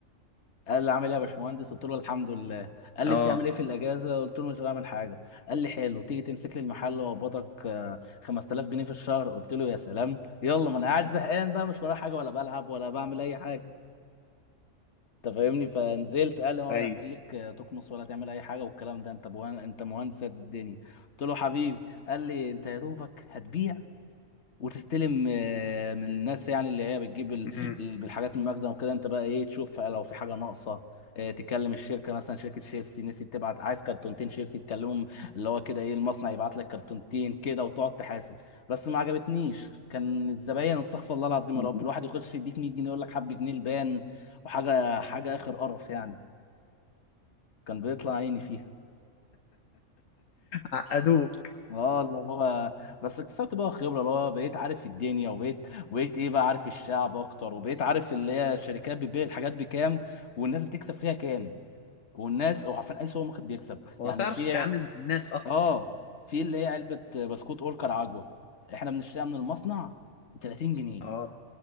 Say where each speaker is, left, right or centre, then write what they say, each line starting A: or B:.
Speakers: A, on the left; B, on the left.
A: قال لي عامل ايه يا باشمهندس قلت له الحمد لله قال
B: اه
A: لي بتعمل ايه في الاجازه قلت له مش بعمل حاجه قال لي حلو تيجي تمسك لي المحل واقبضك آه، 5000 جنيه في الشهر قلت له يا سلام يلا ما انا قاعد زهقان بقى مش ورايا حاجه ولا بلعب ولا بعمل اي حاجه انت فاهمني فنزلت قال لي ولا
B: ايوه
A: هخليك آه، تكنس ولا تعمل اي حاجه والكلام ده انت بوان... انت مهندس قد الدنيا قلت له حبيبي قال لي انت يا دوبك هتبيع وتستلم آه، من الناس يعني اللي هي بتجيب ال-
B: امم
A: ال- الحاجات من المخزن وكده انت بقى ايه تشوف لو في حاجه ناقصه آه، تكلم الشركه مثلا شركه شيبسي نسيت تبعت عايز كرتونتين شيبسي تكلمهم اللي هو كده ايه المصنع يبعت لك كرتونتين كده وتقعد تحاسب بس ما عجبتنيش كان الزباين استغفر الله العظيم
B: <laughs>
A: يا رب الواحد يخش يديك 100 جنيه يقول لك حب جنيه البان وحاجه حاجه اخر قرف يعني كان بيطلع عيني فيها
B: عقدوك
A: اه اللي هو بس اكتسبت بقى خبره اللي هو بقيت عارف الدنيا وبقيت بقيت ايه بقى عارف الشعب اكتر وبقيت عارف اللي هي الشركات بتبيع الحاجات بكام والناس بتكسب فيها كام والناس او عارفين اي سوبر ماركت بيكسب
B: وتعرف
A: يعني في
B: تتعامل مع الناس اكتر
A: اه في اللي هي علبه بسكوت اولكر عجوه احنا بنشتريها من المصنع ب 30 جنيه
B: اه